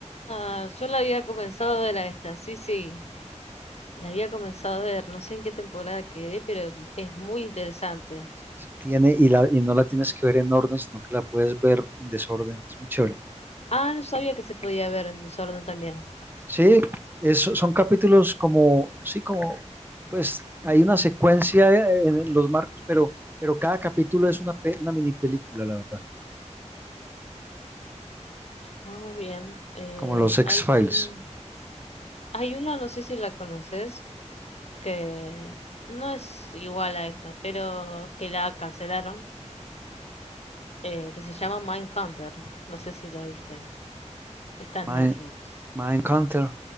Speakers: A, on the left; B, on the right.
A: ah, yo la había comenzado a ver a esta. Sí, sí. La había comenzado a ver. No sé en qué temporada quedé, pero es muy interesante.
B: Eso tiene, y, la, y no la tienes que ver en orden, sino que la puedes ver en desorden. Es muy chévere.
A: Ah, no sabía que se podía ver en desorden también.
B: Sí, es- son capítulos como, sí, como, pues hay una secuencia en los marcos, pero, pero cada capítulo es una, pe- una mini película, la verdad.
A: Oh, bien. Eh,
B: Como los X-Files.
A: hay una. Hay una, no sé si la conoces, que no es igual a esta, pero que la cancelaron. eh, que se llama Mindhunter. No sé si lo viste. Está en
B: Mind,
A: Netflix.
B: Mindhunter.